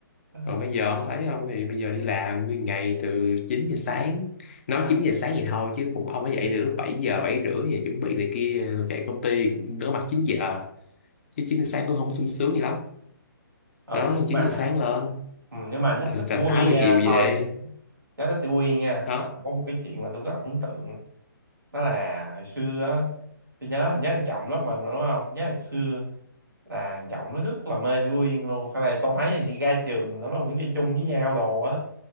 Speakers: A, on the right; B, on the left.
A: Ờ,
B: còn bây giờ ông thấy không thì bây giờ đi làm nguyên ngày từ chín giờ sáng nói 9 giờ sáng vậy thôi chứ cũng ông phải dậy từ lúc 7 giờ 7 rưỡi về chuẩn bị này kia chạy công ty cũng đỡ mặt chín giờ chứ 9 giờ sáng cũng không sung sướng gì lắm
A: ờ,
B: đó
A: ừ nhưng
B: 9
A: mà
B: giờ sáng lên
A: ừ, nhưng mà nhắc
B: rồi
A: tới
B: trà
A: Tiểu
B: 6
A: Quyên nha
B: giờ chiều
A: thôi
B: về
A: nhắc tới Tiểu Quyên nha
B: hả
A: là có một cái chuyện mà tôi rất là ấn tượng đó là hồi xưa á, tôi nhớ nhớ thằng Trọng lớp mình mà, đúng không nhớ hồi xưa là thằng Trọng nó rất là mê Tiểu Quyên luôn sau này tôi thấy hình như ra trường nó nó vẫn chơi chung với nhau đồ á